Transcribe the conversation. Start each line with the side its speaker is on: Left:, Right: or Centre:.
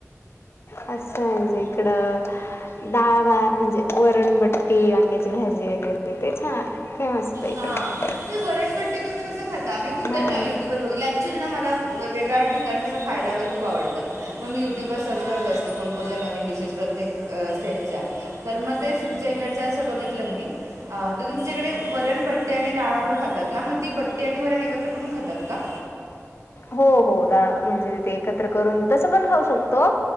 Left: असं आहेज इकडं डाळभात म्हणजे वरणबट्टी वांग्याची भाजी वगैरे ते छान फेमस. आहे इकडं
Right: हा. ते वरणबट्टी तुम्ही कस खाता मी खूपदा
Left: हां
Right: यु ट्युब वर बघले ऍक्च्युली मला वेगळ्या सं खायला वगैरे खूप आवडतं. मग मी यु ट्यूबवर सर्च करत असते कोणकोणत्या नवीन डिशेस प्रत्येक स्टेटच्या तर मग तेच तुमच्या इकडचं असं बघितलं मी तर तुमच्याकडे वरण बट्टी आणि डाळ वांग खातात ना मग ती बट्टी आणि वरण एकत्र करून खातात का?
Left: हो - हो डाळ म्हणजे ते एकत्र करून तसं पण खाऊ शकतो.